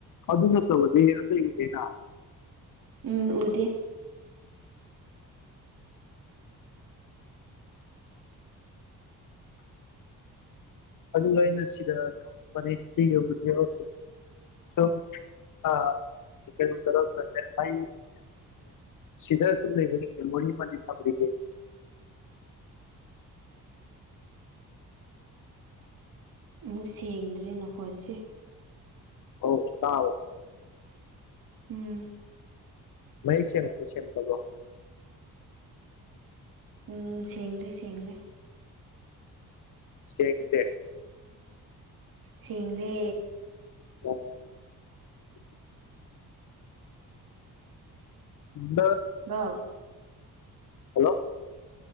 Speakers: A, on the left; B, on the right.
A: ꯑꯗꯨ ꯅꯥꯠꯇꯕꯗꯤ ꯑꯇꯩ ꯎꯗꯦꯅ
B: ꯎꯝ ꯎꯗꯦ
A: ꯑꯗꯨꯒ ꯑꯩꯅ ꯁꯤꯗ ꯀꯝꯄꯅꯤ <unintelligible> <unintelligible> ꯁꯤꯗ ꯁꯨꯝ ꯂꯩꯕ ꯃꯦꯃꯣꯔꯤ ꯑꯃꯗꯤꯗꯤ ꯐꯪꯒꯦ
B: ꯑꯃꯨꯛ ꯁꯦꯡꯗ꯭ꯔꯦ ꯅꯈꯣꯟꯁꯤ꯫
A: ꯑꯧ ꯇꯥꯕꯣ
B: ꯎꯝ
A: ꯃꯌꯦꯛ ꯁꯦꯡꯉꯕꯣ ꯁꯦꯡꯗꯕ꯭ꯔꯣ?
B: ꯎꯝ ꯁꯦꯡꯗꯤ ꯁꯦꯡꯂꯦ꯫
A: ꯁꯦꯡꯗꯦ
B: ꯁꯦꯡꯔꯦ
A: <unintelligible> <unintelligible>
B: ꯅꯥ
A: ꯍꯜꯂꯣ